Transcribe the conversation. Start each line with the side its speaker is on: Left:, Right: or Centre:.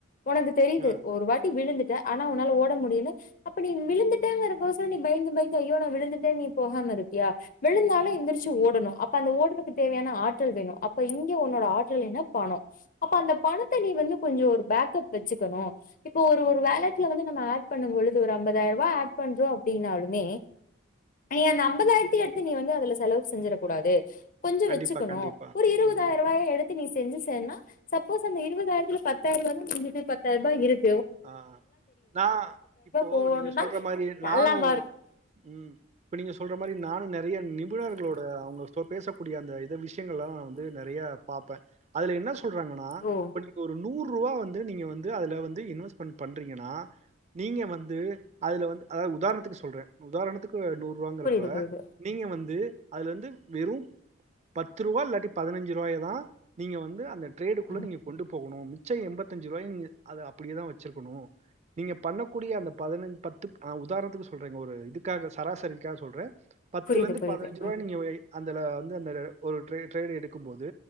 Left: ஒனக்கு தெரியுது
Right: ஆ.
Left: ஒரு வாட்டி விழுந்துட் ஆனா உன்னால ஓட முடியுது அப்ப நீ விழுந்துட்டங்கறக்வசரம் நீ பயந்து பயந்து ஐயோ நான் விழுந்துட்ட நீ போகாம‌ இருப்பியா விழுந்தாலு எந்திரிச்சு ஓடணு அப்போ அது ஓடறதுக்கு தேவையான ஆற்றல் வேணும் அப்போ எங்கே உன்னோட ஆற்றல்னு பணம் அப்ப அந்த பணத்தை நீ வந்து கொஞ்சம் ஒரு பேக்கப் வச்சுக்கணும் இப்ப ஒரு ஒரு வேலட்ல வந்து நம்ம ஆட் பண்ணும் பொழுது ஒரு ஐம்பதாயிரம் ரூபாய் ஆட் பண்றோம் அப்படினாலுமே நீ அந்த ஐம்பதாயிரத்த எடுத்து நீ வந்து அதுல செலவு செஞ்சிற கூடாது கொஞ்சம்
Right: கண்டிப்பா,
Left: வச்சுக்கணும்
Right: கண்டிப்பா.
Left: ஒரு இருபதாயிரம்
Right: ம்.
Left: ரூவாய எடுத்து நீ செஞ்சு சப்போஸ் அந்த இருபதாயிரத்துல பத்தாயிரம் ரூவா மிஞ்சுது பத்தாயிர ரூவா இருக்
Right: ஆ நான இப்போ
Left: போனா
Right: நீங்க சொல்ற மாரி
Left: நல்லாவா
Right: நானும்
Left: இருக்கும்.
Right: ம் இப்ப நீங்க சொல்ற மாரி நானும் நெறைய மீனவர்களோட அவங்க பேசக்கூடிய அந்த விஷயங்கல்லாம் வந்து நெறைய பாப்பேன் அதுல என்ன சொ சொல்றாங்கன்னா
Left: ஓ!
Right: இப்ப நீங்க ஒரு நூறு ருபா வந்து நீங்க வந்து அதுல வந்து இன்வெஸ்ட் ரீபண்ட் பண்றீங்கின்னா நீங்க வந்து அதுல வந்து அதாவது உதாரணத்துக்கு சொல்றேன் உதாரணத்துக்கு நூறு ரூவாங்கிறப்ப
Left: புரியுது, புரியுது.
Right: நீங்க வந்து அதுல இருந்து வெறும் பத்து ருவா இல்லாட்டி பதினஞ்சு ருவாய தான் நீங்க வந்து அந்த டரேடுக்குள்ள
Left: ம்.
Right: நீங்க கொண்டு போகணும் மிச்சம் எம்பத்தஞ்சு ரூவாய அப்படியேதா வச் வச்சிருக்கணும் இருக்கணும் நீங்க பண்ணக்கூடிய அந்த பதினை பத்து உதாரணத்துக்கு சொல்றங்க ஒரு இதுக்காக சராசரிக்காக சொல்றேன் பத்துலருந்து
Left: புரியுது, புரியுது.
Right: பதினஞ்சு
Left: ஆ.
Right: ருபவாய நீங்க வை அந் இதுல வந்து அந்த ஒரு டெரியின் எடுக்கும்போது